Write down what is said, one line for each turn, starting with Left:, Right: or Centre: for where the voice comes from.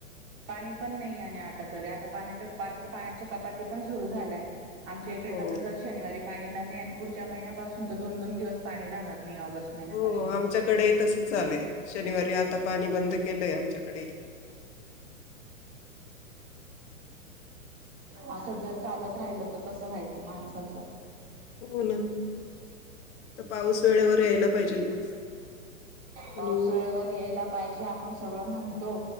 Right: पाणी पण नाही आहे आणि आता तरी आता पाणी तर आता पाण्याच्या कपाती पण सुरू झालाय आमच्या इकडे
Left: हो.
Right: आता जर शनिवारी पाणी येणार नाही आणि पुढच्या महिन्यापासून तर दोन दोन दिवस पाणी राहणार नाही ऑगस्ट महिन्यापासून.
Left: हो आमच्याकडे तस झालंय शनिवारी आता पाणी बंद केलंय आमच्याकडे
Right: असं जर चालत राहिल तर कसं व्हायचं माणसाचं?
Left: हो ना तर पाऊस वेळेवर यायला पाहिजेल पण.
Right: पाऊस
Left: आणि
Right: वळेवर यायला पाहिजे आप आपण सगळं म्हणतो